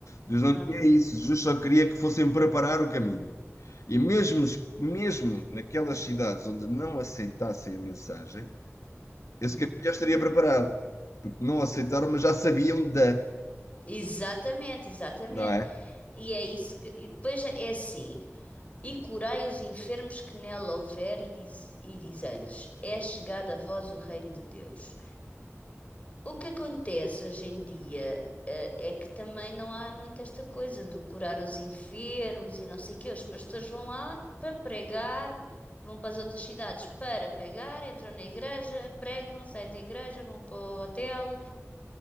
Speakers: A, on the left; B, on the left.
A: Jesus
B: Aham,
A: não queria isso, Jesus só queria que fossem preparar o caminho. E mesmo, mesmo naquelas cidades onde não aceitassem a mensagem, esse
B: uhum.
A: caminho já estaria preparado. Porque não aceitaram, mas já sabiam da,
B: Exatamente, exatamente.
A: não é?
B: E é isso que. E depois é é assim. E curai os enfermos que nela houver, e diz, e diz-lhes: É chegado a vós o reino de Deus. O que acontece hoje em dia, eh, é que também não há muito esta coisa do curar os enfermos e não sei o quê. Os pastores vão lá para pregar, vão para as outras cidades para pregar, entram na igreja, pregam, saem da igreja, vão para o hotel